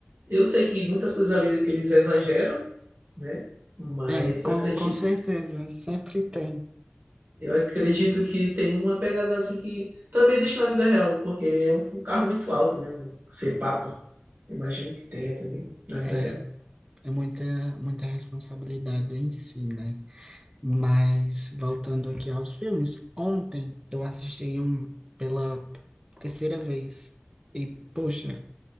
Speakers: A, on the right; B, on the right.
A: Eu sei que muitas coisas ali eles exageram, né? Mas
B: É, com,
A: eu acredito,
B: com certeza, sempre tem.
A: eu acredito que tem uma pegada assim que também existe na vida real, porque é um, um cargo muito alto, né? Ser papa. Imagino que tenha também na vida
B: É,
A: real.
B: é muita, muita responsabilidade em si, né? Mas voltando aqui aos filmes, ontem eu assisti um pela terceira vez e poxa,